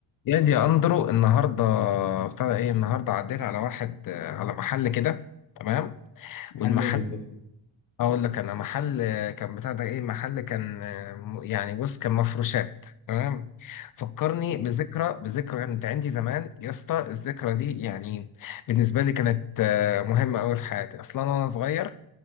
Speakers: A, on the left; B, on the left.
A: يا دي يا اندرو النهارده ابتدى ايه النهارده عديت على واحد آه، على محل كده تمام
B: حلاه
A: والمحل
B: بالظبط
A: اقول لك انا محل آه، كان بتاع ده ايه محل كان آه، م- يعني بص كان مفروشات تمام فكرني
B: مش عارف.
A: بذكرى بذكرى يعني كانت عندي زمان يا اسطى الذكرى دي يعني بالنسبه لي كانت آه، مهمه قوي في حياتي اصلا انا صغير